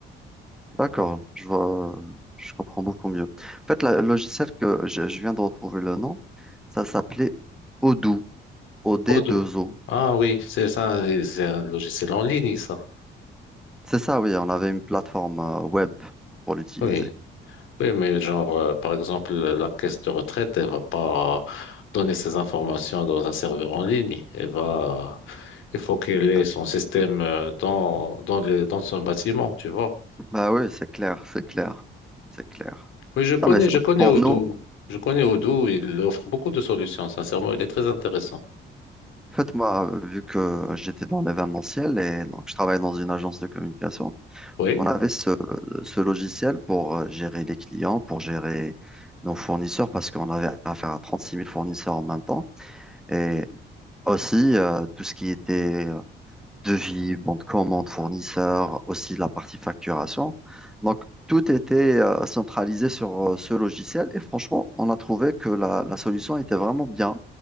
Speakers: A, in the centre; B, on the left.
A: D'accord, je vois, je comprends beaucoup mieux. En fait, la- le logiciel que je, je viens de retrouver le nom, ça s'appelait Odoo, o d
B: Odoo.
A: deux o
B: Ah oui, c'est ça, et c'est un logiciel en ligne, ça.
A: C'est ça, oui, on avait une plateforme euh, web pour l'utiliser.
B: Oui, oui, mais genre, euh, par exemple, la caisse de retraite, elle va pas donner ses informations dans un serveur en ligne. Elle va, il faut qu'elle ait
A: Ah,
B: son système euh, dans, dans le, dans son bâtiment, tu vois.
A: Bah oui, c'est clair, c'est clair, c'est clair.
B: Oui, je connais,
A: Non, mais c'est-
B: je connais
A: pour
B: Odoo.
A: nous,
B: Je connais Odoo, il offre beaucoup de solutions, sincèrement, il est très intéressant.
A: en fait, moi, euh, vu que j'étais dans l'événementiel et donc je travaille dans une agence de communication,
B: Oui,
A: on avait ce, ce logiciel pour euh, gérer les clients, pour gérer nos fournisseurs, parce qu'on avait affaire à trente-six mille fournisseurs en même temps. Et aussi, euh, tout ce qui était euh, devis, bon de commande, fournisseur, aussi la partie facturation. Donc, tout était euh, centralisé sur euh, ce logiciel et franchement, on a trouvé que la, la solution était vraiment bien